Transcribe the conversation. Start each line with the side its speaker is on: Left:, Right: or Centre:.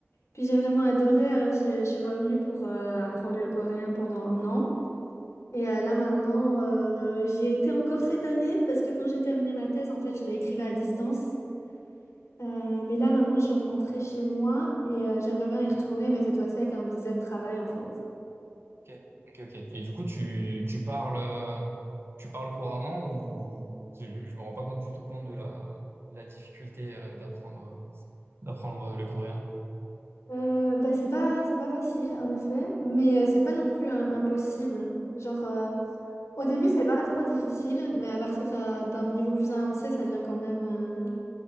Left: puis j'ai vraiment adoré, alors je, je suis revenue pour euh, apprendre le coréen pendant un an. Et euh, là maintenant, euh, j'y ai été encore cette année, parce que quand j'ai terminé ma thèse, en fait, je l'écrivais à distance. Euh, mais là maintenant, je viens de rentrer chez moi et euh, j'aimerais bien y retourner, mais cette fois-ci avec un visa de travail, en fait.
Right: Ok, ok, ok. Et du coup, tu, tu parles... euh, Tu parles couramment ou je, je me rends pas compte du tout compte de la, de la difficulté euh, d'apprendre d'apprendre le coréen.
Left: Euh, bah, c'est pas, c'est pas facile, en effet, mais euh, c'est pas non plus euh, impossible. Genre, euh, Au début, c'est pas trop difficile, mais à partir euh, d'un niveau plus avancé, ça devient quand même. euh,